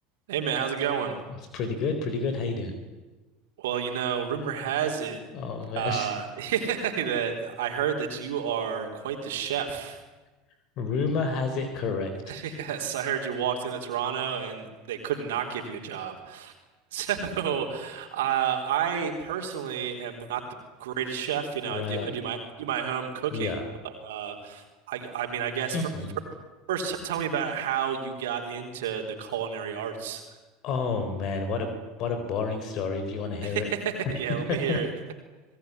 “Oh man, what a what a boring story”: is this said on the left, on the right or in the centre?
Left